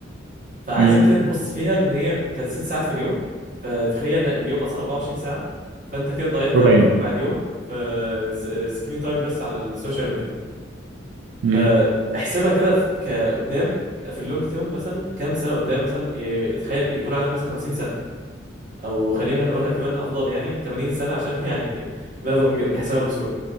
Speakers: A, on the right (about 45°); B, on the right (about 80°).
A: فعايزك
B: امم
A: كده تبص فيها ان هي انت ست ساعات في اليوم فتخيل اليوم اصلا 24 ساعه فانت كده ضيعت
B: ربع
A: تقريبا
B: يوم
A: ربع اليوم في سكرين تايم بس على السوشيال ميديا
B: امم
A: فاحسبها كده في- كقدام في اللونج تيرم مثلا كام سنه قدام مثلا إيه، تخيل يكون عندك مثلا 50 سنه او خلينا نقولها كمان افضل يعني 80 سنه عشان <laughs> يعني نقدر نج- نحسبها بسهوله